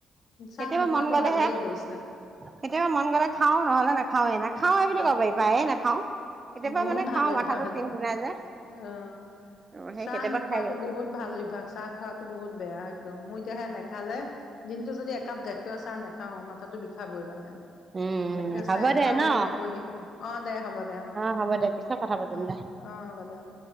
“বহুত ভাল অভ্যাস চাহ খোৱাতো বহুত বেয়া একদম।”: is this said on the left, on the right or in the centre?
Left